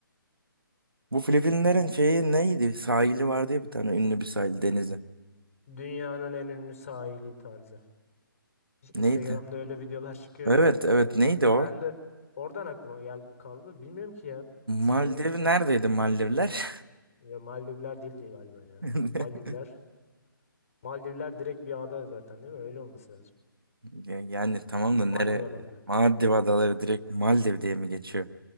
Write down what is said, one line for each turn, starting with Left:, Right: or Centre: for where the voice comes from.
Right: Bu Filipinlerin
Left: Bir-
Right: şeyi neydi? Sahili vardı ya bir tane ünlü bir sahil denizi.
Left: Dünyanın en ünlü sahili tarzı.
Right: Neydi?
Left: Instagram'da öyle videolar çıkıyor
Right: Evet
Left: ya.
Right: evet neydi o?
Left: Ben de oradan aklıma gel kaldı. Bilmiyorum ki ya. İsmini
Right: Maldiv
Left: unuttum.
Right: neredeydi Maldivler?
Left: Ya Maldivler değildi galiba ya.
Right: <laughs>
Left: Maldivler. Maldivler direkt bir ada zaten değil mi? Öyle olması lazım.
Right: Ya- Yani tamam da nere?
Left: Maldiv adaları.
Right: Maldiv adaları direkt Maldiv diye mi geçiyor?